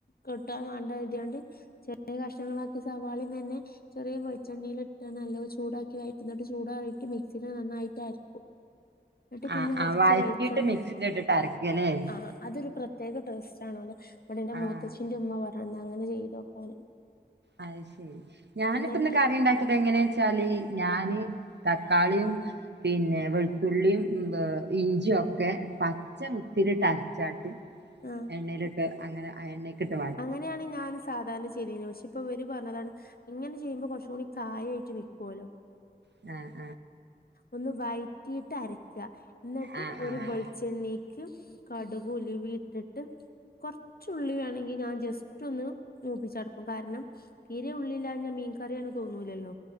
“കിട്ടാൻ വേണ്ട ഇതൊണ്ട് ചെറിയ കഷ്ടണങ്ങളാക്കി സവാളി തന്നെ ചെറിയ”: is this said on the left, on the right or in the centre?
Left